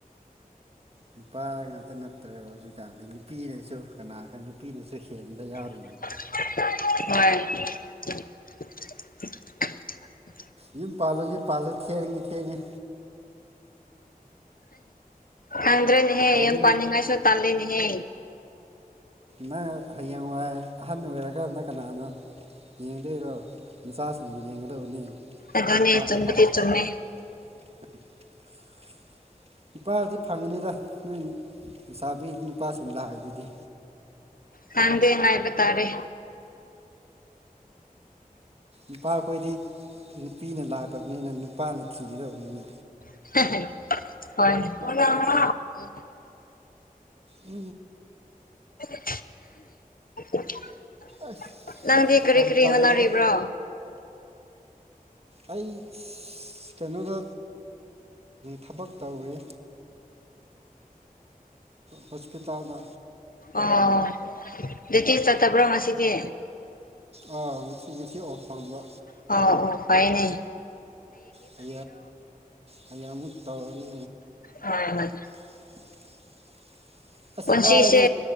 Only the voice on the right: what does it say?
ꯅꯨꯄꯥ ꯉꯥꯛꯇ ꯅꯠꯇ꯭ꯔꯦꯕ ꯍꯧꯖꯤꯛꯀꯥꯟꯗꯤ ꯅꯨꯄꯤꯅꯁꯨ ꯀꯅꯥ ꯈꯔ ꯅꯨꯄꯤꯅꯁꯨ ꯍꯦꯟꯗ ꯌꯥꯎꯔꯤ
ꯌ ꯄꯜꯧ ꯌꯦ ꯄꯜꯧ ꯊꯦꯡꯦꯡꯤ ꯊꯦꯡꯦꯡꯤ
ꯁꯥꯔꯤ
ꯅꯪ ꯍꯌꯦꯡꯋꯥꯏ ꯑꯍꯟ ꯑꯣꯏꯔꯛꯑꯀꯥꯟꯗ ꯀꯅꯥꯅ ꯌꯦꯡꯗꯣꯏꯔꯣ ꯅꯆꯥꯁꯤꯡꯅ ꯌꯦꯡꯒꯗꯕꯅꯤ
ꯄꯥꯜꯂꯣ
ꯄꯥꯜꯂꯣ
<unintelligible> <inaudible> ꯅꯨꯄꯥꯗꯤ ꯐꯪꯒꯅꯤꯗ ꯅꯣꯏ ꯄꯩꯁꯥ ꯄꯤꯗ ꯅꯨꯄꯥꯁꯤꯡ ꯂꯥꯛꯏꯗꯨꯗꯤ
ꯅꯨꯄꯥ ꯑꯩꯈꯣꯏꯗꯤ ꯅꯨꯄꯤꯅ ꯂꯥꯛꯇꯕꯅꯤꯅ ꯅꯨꯄꯥꯅ ꯊꯤꯒꯗꯕꯅꯤꯅ
ꯑ
ꯑꯁ
ꯌꯥꯝ
ꯇꯜꯂꯤꯗ
ꯑꯩ ꯀꯩꯅꯣꯗ ꯊꯕꯛ ꯇꯧꯋꯔꯤ ꯍꯣꯁꯄꯤꯇꯥꯜꯗ
ꯑꯥ ꯉꯁꯤ ꯉꯁꯤ ꯑꯣꯣꯞ ꯐꯪꯕ
ꯍ ꯍꯌꯥꯃꯨ ꯇꯧꯅꯤ
<unintelligible> ꯑꯁ
ꯋꯥꯏꯅꯦ